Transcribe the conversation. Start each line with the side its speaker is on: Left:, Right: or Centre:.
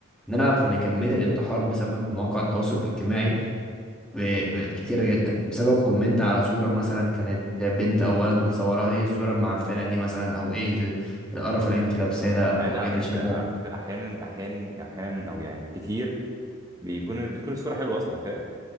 Centre: ان انا اعرف ان كميه الانتحار بسبب مواقع التواصل الاجتماعي ب- بقت كتيره جدا بسبب كومنت على صوره مثلا كانت بنت او ولد متصورها ايه الصوره المعفنه دي مثلا او ايه ال- القرف اللي انت لابساه ده او
Right: مع ان على
Centre: ايه اللي
Right: فكره
Centre: شكلك
Right: على فكره احيانا احيانا احيانا او يعني كتير بيكون بتكون الصوره حلوه اصلا فاهم